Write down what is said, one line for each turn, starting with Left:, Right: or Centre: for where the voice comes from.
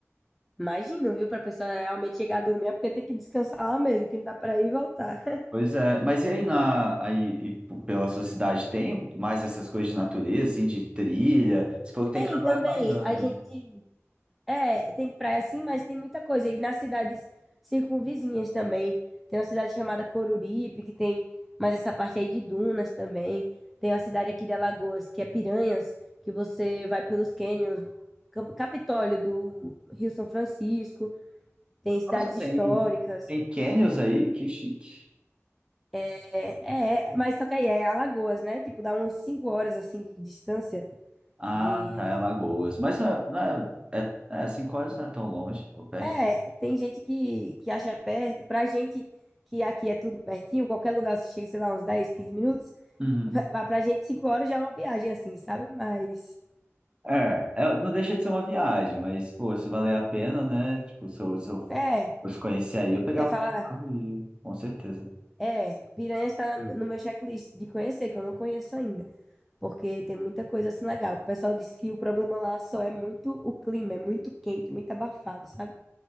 Centre: imagino, viu? Pra pessoa realmente chegar a dormir, é porque tem que descansar lá mesmo, que não dá pra ir e voltar.
Right: Pois é, mas e aí, na, aí e p- pela sua cidade tem mais essas coisas de natureza, assim, de trilha? Você falou que
Centre: Tem
Right: tem canoa
Centre: também,
Right: havaiana.
Centre: a gente
Right: né?
Centre: É, tem praia sim, mas tem muita coisa. E nas cidades circunvizinhas também. Tem uma cidade chamada Coruripe, que tem mais essa parte aí de dunas também. Tem uma cidade aqui de Alagoas, que é Piranhas, que você vai pelos cânions, Cap- Capitólio do Rio São Francisco. Tem cidades
Right: Nossa, tem,
Centre: históricas.
Right: tem canyons aí? Que chique.
Centre: É, é, é, mas só que aí é Alagoas, né? Tipo, dá uns 5 horas assim de distância
Right: Ah,
Centre: de
Right: tá, é Lagoas. Mas não, é, não é, é, é, cinco horas não é tão longe, ou perto.
Centre: É, tem gente que, que acha perto. Pra gente, que aqui é tudo pertinho, qualquer lugar você chega, sei lá, uns 10, 15 minutos.
Right: Uhum.
Centre: <laughs> Pra pra gente, 5 horas já é uma viagem, assim, sabe? Mas,
Right: É, é, não deixa de ser uma viagem, mas, pô, se valer a pena, né? Tipo, se eu, se eu
Centre: é,
Right: fosse conhecer aí, eu pegava
Centre: você fala,
Right: o carro e ia, com certeza.
Centre: é, Piranha está na- no meu checklist de conhecer, que eu não conheço ainda. Porque tem muita coisa assim legal. O pessoal diz que o problema lá só é muito o clima, é muito quente, muito abafado, sabe?